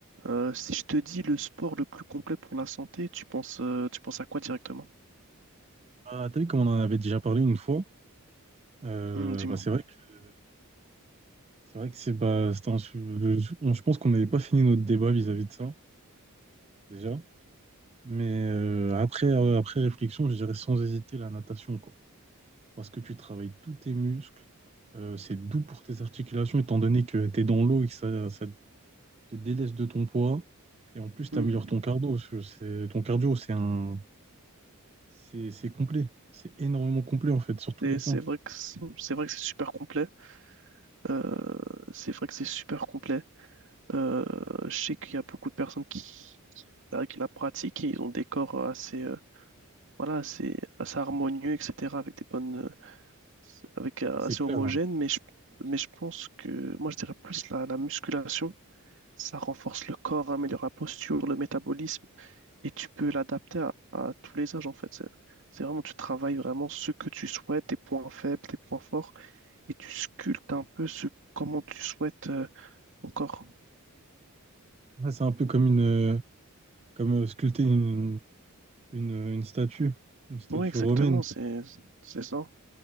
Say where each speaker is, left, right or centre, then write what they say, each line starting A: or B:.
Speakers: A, on the right; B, on the right.
A: Euh, si je te dis le sport le plus complet pour la santé, tu penses, euh, tu penses à quoi directement?
B: Ah, t'as vu comme on en avait déjà parlé une fois, euh,
A: Hmm, dis-moi.
B: bah, c'est vrai que c'est vrai que c'est bah, c'était un su- le- on- je pense qu'on n'avait pas fini notre débat vis-à-vis de ça déjà, mais euh, après euh, après réflexion, je dirais sans hésiter la natation quoi, parce que tu travailles tous tes muscles, euh, c'est doux pour tes articulations étant donné que t'es dans l'eau et que ça, ça te délaisse de ton poids et en plus t'améliores
A: Hmm.
B: ton cardio, parce que c'est ton cardio c'est un c'est c'est complet, c'est énormément complet en fait sur tous
A: Et
B: les
A: c'est
B: points,
A: vrai que c'est c'est vrai que c'est super complet. Euh, c'est vrai que c'est super complet. Euh, je sais qu'il y a beaucoup de personnes qui, euh, qui la pratiquent et ils ont des corps assez, euh, voilà, assez, assez harmonieux, etc., avec des bonnes, euh, avec euh,
B: c'est
A: assez
B: clair.
A: homogènes.
B: hein.
A: Mais je, mais je pense que moi, je dirais plus la, la musculation. Ça renforce le corps, améliore la posture, le métabolisme. Et tu peux l'adapter à, à tous les âges en fait. C'est c'est vraiment, tu travailles vraiment ce que tu souhaites, tes points faibles, tes points forts, et tu sculptes un peu ce comment tu souhaites euh, ton corps.
B: Ouais, c'est un peu comme une Comme euh, sculpter une, une, une statue, une statue
A: Oui, exactement,
B: romaine.
A: c'est c'est ça.